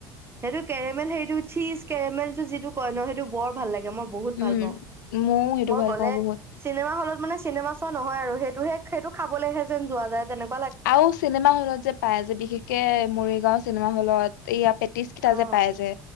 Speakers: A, on the right; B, on the left.
A: সেইটো কেৰেমেল হেইটো চিজ কেৰেমেল টো যিটো কয় নহ টো বৰ ভাল লাগে। মই বহুত
B: উম,
A: ভাল পাওঁ
B: ময়ও সেইটো
A: মই
B: ভাল
A: গলে
B: পাওঁ বহুত
A: চিনেমা হ'লত মানে চিনেমা চোৱা নহয় আৰু সেইটোহে সেইটো খাবলেহে যেন যোৱা যায় তেনেকুৱ
B: আৰু চিনেমা হ'লত যে পাই যে বিশেষকে মৰিগাওঁ চিনেমা হ'লত য়া পে টিচ কিটা
A: অ',
B: যে পায় যে